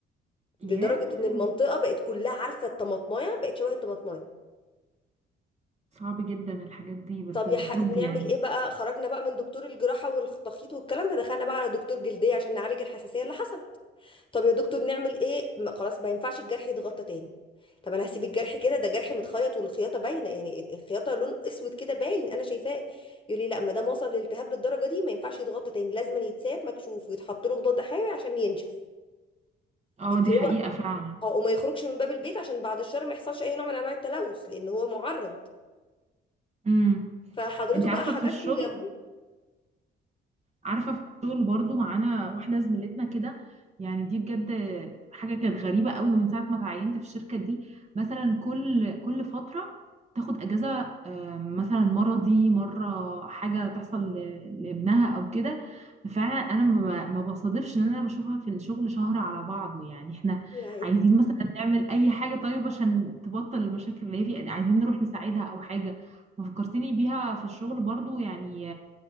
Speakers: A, on the left (about 25°); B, on the right (about 35°).
A: لدرجة
B: ياه
A: ان المنطقة بقت كلها عارفة الطماطماية بقت شبه الطماطماية
B: صعب جدا الحاجات دي بس
A: طب
B: المفروض
A: يا ح... نعمل
B: يعني
A: ايه بقى خرجنا بقى من دكتور الجراحة والتخيط والكلام ده دخلنا بقى على دكتور جلدية عشان نعالج الحساسية اللي حصلت طب يا دكتور نعمل ايه ما خلاص ما ينفعش الجرح يتغطى تاني طب انا هسيب الجرح كده ده جرح متخيط والخياطه باينه يعني ال- الخياطه لون اسود كده باين انا شايفاه يقول لي لا ما دام وصل للالتهاب للدرجه دي ما ينفعش يتغطى تاني لازم يتساب مكشوف ويتحط له مضاد حيوي عشان ينشف
B: اه
A: فانت
B: دي
A: هو
B: حقيقه فعلا
A: اه وما يخرجش من باب البيت عشان بعد الشر ما يحصلش اي نوع من انواع التلوث لان هو معرض
B: امم
A: فحضرته
B: انت عارفه
A: بقى حبسني
B: في الشغل
A: جنبه
B: عارفه في الشغل برضو معانا واحده زميلتنا كده يعني دي بجد حاجه كانت غريبه قوي من ساعه ما اتعينت في الشركه دي مثلا كل كل فتره تاخد اجازه آه، مثلا مرضي مره حاجه تحصل ل- لابنها او كده فعلا انا ما ب- ما بصادفش ان انا بشوفها في الشغل شهر على بعضه يعني احنا
A: يعني
B: عايزين مثلا نعمل اي حاجه طيب عشان تبطل المشاكل اللي هي فيها يعني عايزين نروح نساعدها او حاجه ففكرتني بيها في الشغل برضو يعني